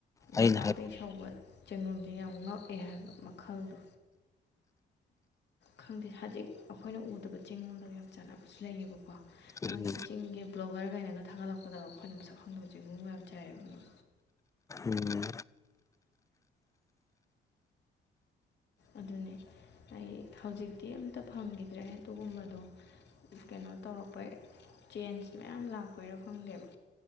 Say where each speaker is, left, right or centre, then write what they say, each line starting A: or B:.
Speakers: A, on the left; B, on the left.
A: ꯑꯩꯅ
B: ꯂꯩꯕꯥꯛꯇ
A: ꯍꯥꯏ
B: ꯁꯧꯕ ꯆꯦꯡꯒꯣꯝꯁꯦ ꯌꯥꯝ ꯉꯛꯑꯦ ꯍꯥꯏꯕ ꯃꯈꯜꯗꯣ ꯈꯪꯗꯦ ꯍꯧꯖꯤꯛ ꯑꯩꯈꯣꯏꯅ ꯎꯗꯕ ꯆꯤꯡꯒꯨꯝꯗꯒ ꯌꯥꯝ ꯆꯥꯟꯅꯕꯁꯨ ꯂꯩꯌꯦꯕꯀꯣ ꯃꯣꯏꯒꯤ
A: ꯎꯝ
B: ꯆꯤꯡꯒꯤ ꯕ꯭ꯂꯣꯒꯔꯒꯥꯏꯅꯒ ꯊꯥꯒꯠꯂꯛꯄꯗ ꯑꯩꯈꯣꯏꯅ ꯃꯁꯛ ꯈꯪꯗꯕ ꯆꯦꯡꯉꯨꯝꯒ ꯌꯥꯝ ꯆꯥꯏꯌꯦꯕ ꯃꯣꯏ
A: ꯎꯝ
B: ꯑꯗꯨꯅꯤ ꯑꯩ ꯍꯧꯖꯤꯛꯇꯤ ꯑꯝꯇ ꯐꯪꯈꯤꯗ꯭ꯔꯦ ꯑꯗꯨꯒꯨꯝꯕꯗꯣ ꯀꯩꯅꯣ ꯇꯧꯔꯛꯄ ꯆꯦꯟꯖ ꯃꯌꯥꯝ ꯂꯥꯛꯄꯩꯔꯥ ꯐꯪꯗꯦꯕ